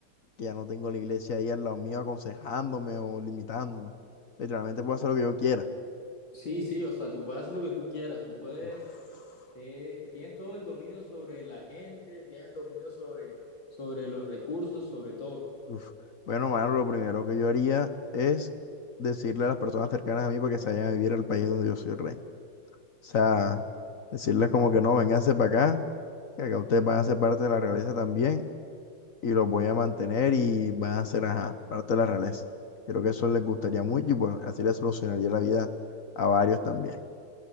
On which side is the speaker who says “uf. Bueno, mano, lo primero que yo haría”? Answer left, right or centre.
Left